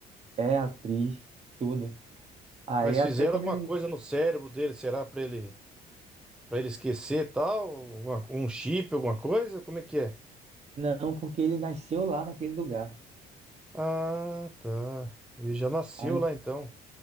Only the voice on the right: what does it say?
é atriz, tudo. Aí
até
quando
ele.
Não, porque ele nasceu lá naquele lugar.
Aí